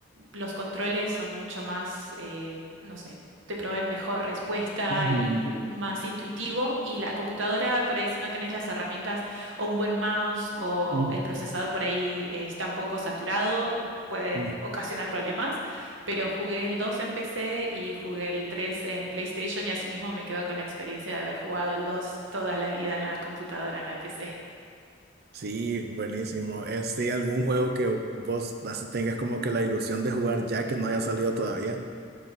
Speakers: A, on the right (about 70°); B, on the right (about 50°).
A: los controles son mucho más, eh, no sé, te proveen mejor respuesta
B: Ujú,
A: y más intuitivo. Y la computadora, por ahí si no tenés las herramientas o un buen mouse o
B: ujú.
A: el procesador por ahí eh, está un poco saturado, puede
B: Mm.
A: ocasionar problemas. Pero jugué el 2 en PC y jugué el 3 en PlayStation y asimismo me quedo con la experiencia de haber jugado el 2 toda la vida en la computadora, en la PC.
B: Sí, buenísimo. Este, ¿algún juego que vos así tengas como que la ilusión de jugar ya que no haya salido todavía?